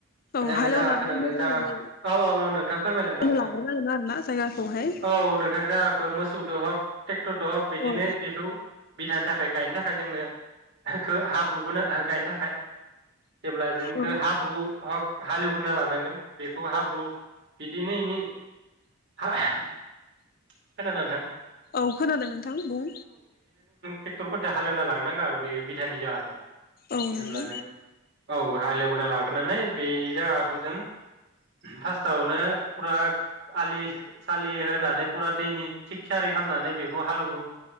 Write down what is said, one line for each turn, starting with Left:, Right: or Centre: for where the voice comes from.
Left: औ
Right: जोंनो
Left: हालेवनानै
Right: जागा खो नांगो
Left: मोजाङै
Right: जागा औ औ -औ नोंथां फोरमायलांदों नोंथां
Left: लाग्रोनांगोन आरोना जायगाखौहाय
Right: औ नोंथां जागा मोसौदो हक ट्रेक्टर दहक बिदिनो
Left: औ
Right: बिखौ। बिधानि थाखाय गायनो थाखाय जोंनो। हाब्रुुबोनो गायनो थाखाय। जेब्ला जोंखौ
Left: औ
Right: हाब्रु हक हालेवग्रोना लानांगोन बेखौ हाब्रु बिदिनो एनि <unintelligible> खोनादों नोंथां
Left: औ खोनादों नोंथां बुं
Right: टेक्टरफोर दो हालेवना <unintelligible> <unintelligible> आरो बे बिधाननि जागाखौ।
Left: औ नंगौ
Right: जेब्ला जों औ हालेवना <unintelligible> बे जायागाखौ जों फास्तावनो फुरा आलि सालि होनानै फुरा दैनि थिक थियारि खालामनानै बेखौ‌ हालौहो